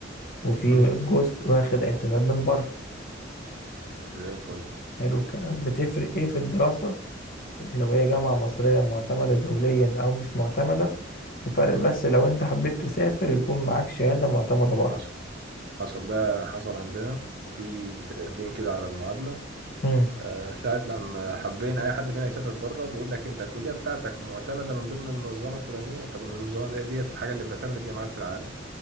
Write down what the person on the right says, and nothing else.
امم
زي الفل
حصل حصل ده حصل عندنا في تقديم كده على المعادلة
آه، ساعة لما حبينا أي حد فينا يسافر بره بيقول لك أنت الكلية بتاعتك معتمدة من ضمن المنظمة الفلانية طب المنظمة دي ديت الحاجة اللي بتعتمد الجامعات في العالم